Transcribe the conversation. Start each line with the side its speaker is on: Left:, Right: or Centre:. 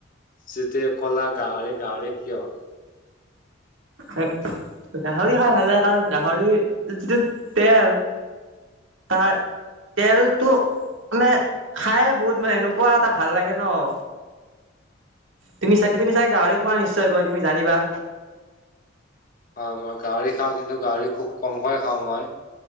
Left: যেতিয়া কলা গাহৰি গাহৰি, কিয়?
Right: হে গাহৰি খাই ভাল লাগে, কাৰণ গাহৰি যিটো তেল তাৰ তেলটো মানে খাই বহুত মানে এনেকুৱা এটা ভাল লাগে নহ তুমি চাগে, তুমি চাগে গাহৰি খোৱা নিশ্চয়, কৈ তুমি জানিবা
Left: অহ মই গাহৰি খাওঁ, কিন্তু গাহৰি খুব কমকৈ খাওঁ মই